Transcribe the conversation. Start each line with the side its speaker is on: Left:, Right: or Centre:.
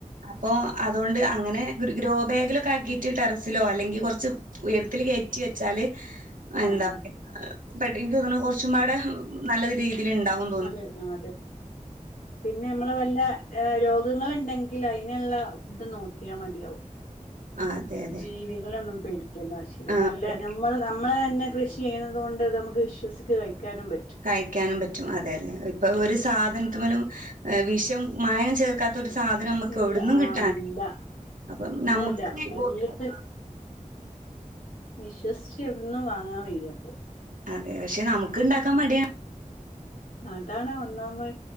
Right: അപ്പൊ അതോണ്ട് അങ്ങനെ അൻ ഒരു ഗ്രോ ബേഗിലൊക്കെ ആക്കിട്ട് ടെറസിലോ അല്ലെങ്കി കുറ്ച്ച് ഉയരത്തില് കേറ്റി വെച്ചാല് എന്താ
Left: ആഹ് ആഹ്
Right: പറ്യ പെട്ടിക്ഇൻക്ക് തോന്ന്ണ് കൊറ്ച്ചുംപാടെ നല്ല രീതില് ണ്ടാവും.
Left: നല്ലത്. ആഹ് അതെ. പിന്നെ നമ്മള് വല്ല രോഗങ്ങള്ണ്ടെങ്കിൽ അയിന്ള്ള ത് നോക്കിയാ മതിയാവും.
Right: ആ അതെ അതെ
Left: ജീവികളെന്നും പേടിക്കേണ്ട ആവഷല്യ.
Right: ആ
Left: നല്ല
Right: ഓക്കെ.
Left: നമ്മള് നമ്മളെന്നെ കൃഷി ചെയ്യ്ന്നത് കൊണ്ട് നമ്ക്ക് വിശ്വസിക്ക് കഴിക്കാനും പറ്റും.
Right: കഴിക്കാനും പറ്റും. അതെ തെ ഇപ്പ ഒര് സാധൻത്ത്മ്മലും വിഷം മായംചേർ ക്കാത്ത ഒരു സാധനും നമുക്ക്
Left: ഇല്ല
Right: എവിട്ന്നും
Left: ആഹ്
Right: കിട്ടാനില്ല.
Left: ഇല്ല
Right: അപ്പം
Left: ഒന്നുല്ല
Right: നമുക്ക് വീട്ടില്
Left: വല്ലതും
Right: ണ്ടാ
Left: വിശ്വസിച്ച് എവിട്ന്നും വാങ്ങാൻ വയ്യ പ്പൊ.
Right: അതെ. പഷെ നമുക്ക് ണ്ടാക്കാൻ മടിയാ.
Left: അതാണ് ഒന്നാമ്മഅ്.